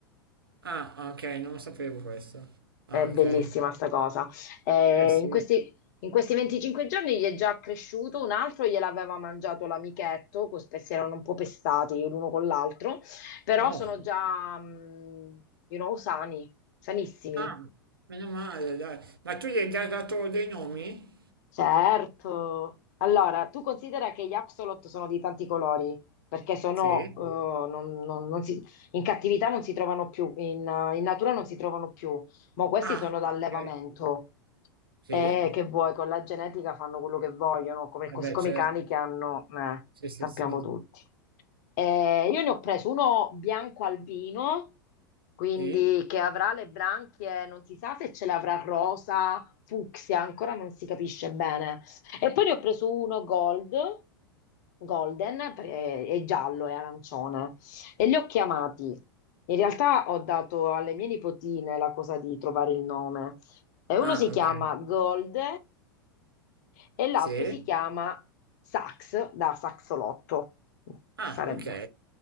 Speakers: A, on the right; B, on the left.
A: Ah, ok, non lo sapevo questo. Ah,
B: È bellissima
A: ok.
B: sta cosa. Eh,
A: Eh sì.
B: in questi, in questi 25 giorni gli è già cresciuto, un altro gliel'aveva mangiato l'amichetto, così si erano un po' pestati l'uno con l'altro, però
A: No.
B: sono già, mm, you know, sani, sanissimi.
A: Ah, meno male, dai. Ma tu gli hai già dato dei nomi?
B: Certo. Allora, tu considera che gli axolot sono di tanti colori, perché sono,
A: Sì.
B: eh, non- non- non si- in cattività non si trovano più, in, in natura non si trovano più, ma questi
A: Ah,
B: sono d'allevamento.
A: ok. Sì.
B: Eh, che vuoi, con la genetica fanno quello che vogliono, come-
A: Vabbè,
B: così come
A: certo.
B: i cani che hanno, eh,
A: Sì, sì,
B: sappiamo
A: sì.
B: tutti. Eh, io ne ho preso uno bianco albino, quindi
A: Sì.
B: che avrà le branchie, non si sa se ce l'avrà rosa, fucsia, ancora non si capisce bene. E poi ne ho preso uno gold, golden, perché è giallo e arancione, e li ho chiamati. In realtà ho dato alle mie nipotine la cosa di trovare il nome. E uno
A: Ah,
B: si chiama
A: ok.
B: Gold e l'altro
A: Sì.
B: si chiama Sax, da Saxolotto,
A: Ah,
B: sarebbe.
A: ok.